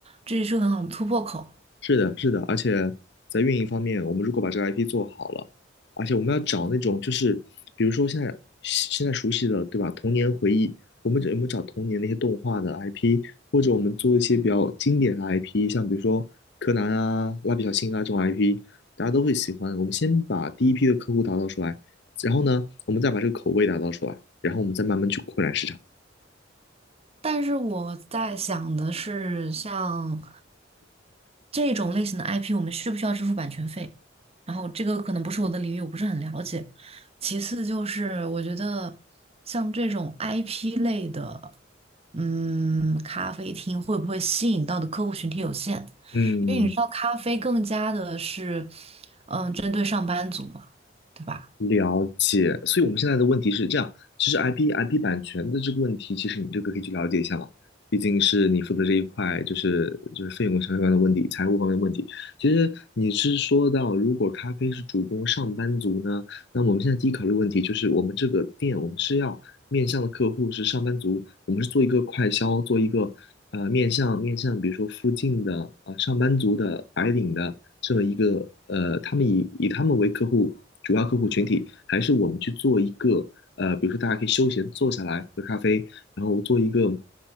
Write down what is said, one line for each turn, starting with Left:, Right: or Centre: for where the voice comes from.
Right: 这也是个很好的突破口。
Left: 是的，是的，而且在运营方面，我们如果把这个 IP 做好了，而且我们要找那种就是，比如说现在现在熟悉的，对吧？童年回忆，我们有没有找童年那些动画的 IP，或者我们做一些比较经典的 IP，像比如说柯南啊、蜡笔小新啊这种 IP，大家都会喜欢。我们先把第一批的客户打造出来，然后呢，我们再把这个口味打造出来，然后我们再慢慢去扩展市场。
Right: 但是我在想的是，像这种类型的 IP，我们需不需要支付版权费？然后这个可能不是我的领域，我不是很了解。其次就是，我觉得像这种 IP 类的，嗯，咖啡厅会不会吸引到的客户群体有限？
Left: 嗯，
Right: 因为你知道，咖啡更加的是，嗯，针对上班族嘛，对吧？
Left: 了解，所以我们现在的问题是这样，其实 IP IP 版权的这个问题，其实你这个可以去了解一下嘛，毕竟是你负责这一块，就是就是费用相关的问题、财务方面的问题。其实你是说到，如果咖啡是主攻上班族呢，那我们现在第一考虑问题就是，我们这个店我们是要面向的客户是上班族，我们是做一个快销，做一个呃面向面向，比如说附近的啊、呃上班族的白领的这么一个呃，他们以以他们为客户主要客户群体，还是我们去做一个呃，比如说大家可以休闲坐下来喝咖啡，然后做一个